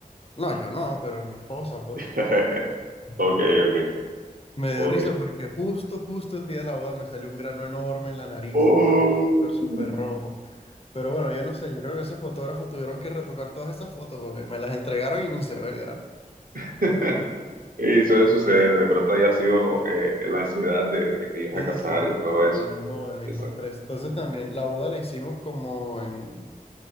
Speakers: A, on the left; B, on the right.
A: No, yo no, pero mi esposa, pues.
B: <laughs>
A: <laughs>
B: Ok, ok,
A: Me dio
B: ok.
A: risa porque justo, justo el día de la boda me salió un grano enorme en la nariz
B: Oh.
A: y estaba súper, súper rojo. Pero bueno, yo no sé, yo creo que esos fotógrafos tuvieron que retocar todas esas fotos porque me las entregaron y ni se ve el grano.
B: <laughs> Y suele suceder, de pronto haya sido eh, la ansiedad de, de que te ibas
A: Sí,
B: a casar
A: supongo,
B: y todo
A: el,
B: eso.
A: el mismo, el mismo
B: Esa-
A: estrés. Entonces también la boda la hicimos como en,